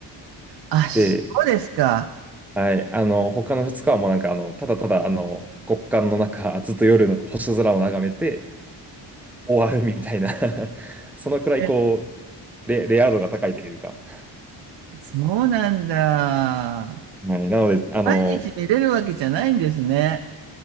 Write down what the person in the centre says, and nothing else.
で、はい。あの、他の2日はもうなんか、あの、ただただ、あの、極寒の中、ずっと夜の星空を眺めて終わるみたいな <laughs> そのくらい、
こう、レ、レア度が高いというか。
はい。なので、あの、